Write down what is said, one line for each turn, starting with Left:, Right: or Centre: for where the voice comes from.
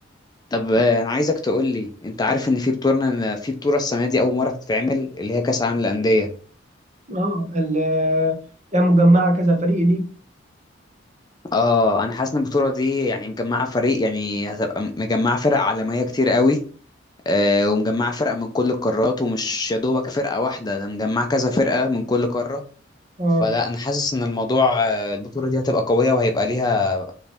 Left: طب آه، انا عايزك تقول لي انت عارف ان في بطولة في بطولة السنة دي اول مرة تتعمل اللي هي كأس العالم للأندية
Right: اه ال- هي مجمعة كذا فريق دي
Left: اه انا حاسس ان البطولة دي يعني مجمعة فريق يعني هتبقى م- مجمعة فرق عالمية كتير قوي آه ومجمعة فرق من كل القارات ومش يا دوبك فرقة واحدة ده مجمعة كذا فرقة من كل قارة
Right: اه
Left: فلا انا حاسس ان الموضوع آه، البطولة دي هتبقى قوية وهيبقى ليها